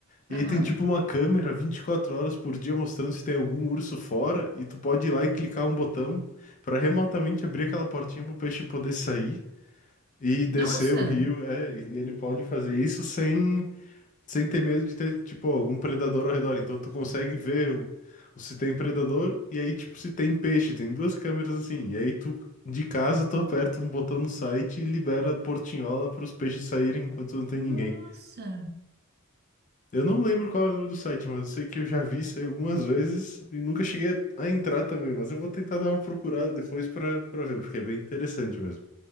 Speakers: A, on the left (about 35°); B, on the right (about 45°).
A: e
B: Aham.
A: aí tem tipo uma câmera 24 horas por dia mostrando se tem algum urso fora e tu pode ir lá e clicar um botão para remotamente abrir aquela portinha pro peixe poder sair. E descer
B: Nossa!
A: o rio, é, e ele pode fazer isso sem sem ter medo de ter, tipo, algum predador ao redor. Então tu consegue ver o- o se tem predador e aí, tipo, se tem peixe. Tem duas câmeras assim. E aí tu, de casa, tu aperta um botão no site e libera a portinhola para os peixes saírem enquanto não tem
B: Nossa!
A: ninguém. Eu não lembro qual é o nome do site, mas eu sei que eu já vi isso aí algumas vezes e nunca cheguei a a entrar também. Mas eu vou tentar dar uma procurada depois para para ver, porque é bem interessante mesmo,